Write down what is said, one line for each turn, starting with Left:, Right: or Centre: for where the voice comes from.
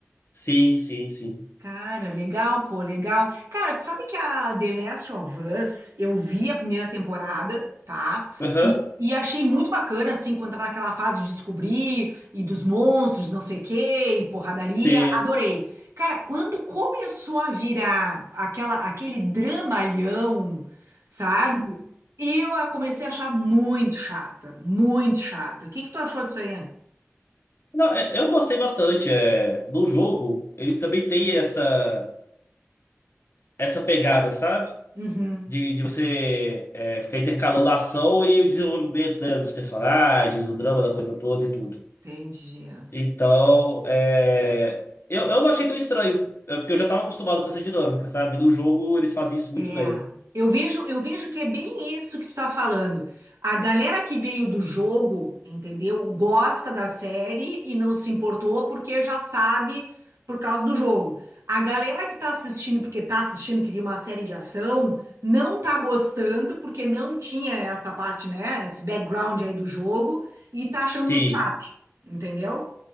Left: Sim, sim, sim.
Right: Cara, legal, pô, legal. Cara, tu sabe que a The Last of Us, eu vi a primeira temporada, tá?
Left: Aham.
Right: E, e achei muito bacana, assim, quando tava naquela fase de descobrir, e dos monstros, não sei o quê, e porradaria,
Left: Sim.
Right: adorei. Cara, quando começou a virar aquela, aquele dramalhão, sabe? Eu a comecei a achar muito chata, muito chata. O que que tu achou disso aí?
Left: Não, é- eu gostei bastante. É, no jogo, eles também têm essa, essa pegada, sabe?
Right: Uhum,
Left: de, de você é, ficar intercalando a ação e o desenvolvimento, né, dos personagens, o drama da coisa toda e tudo.
Right: entendi.
Left: Então, é, eu, eu não achei tão estranho, é, porque eu já estava acostumado com essa dinâmica, sabe? No jogo eles fazem isso muito
Right: É,
Left: bem.
Right: eu vejo, eu vejo que é bem isso que tu tá falando. A galera que veio do jogo, entendeu? Gosta da série e não se importou porque já sabe por causa do jogo. A galera que tá assistindo porque tá assistindo, queria uma série de ação, não tá gostando porque não tinha essa parte, né? Esse background aí do jogo e tá achando
Left: Sim.
Right: muito chato, entendeu?